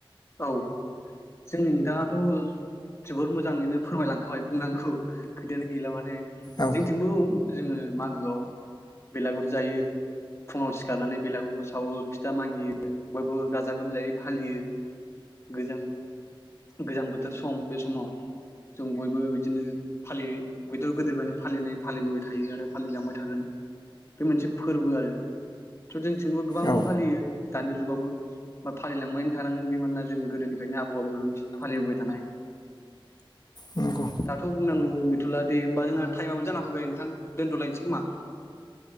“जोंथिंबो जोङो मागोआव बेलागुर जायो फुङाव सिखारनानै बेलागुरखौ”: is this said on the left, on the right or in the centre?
Left